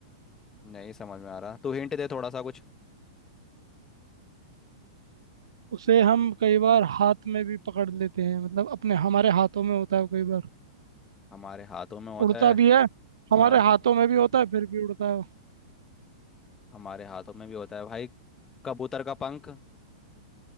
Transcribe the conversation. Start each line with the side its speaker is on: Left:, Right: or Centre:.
Left: नहीं समझ में आ रहा तू हिंट दे थोड़ा सा कुछ
Right: उसे हम कई बार हाथ में भी पकड़ लेते हैं मतलब अपने हमारे हाथों में होता है वो कई बार
Left: हमारे हाथों में होता
Right: उड़ता
Left: है
Right: भी है हमारे
Left: हाँ
Right: हाथों में भी होता है फिर भी उड़ता है वो।
Left: हमारे हाथों में भी होता है भाई कबूतर का पंख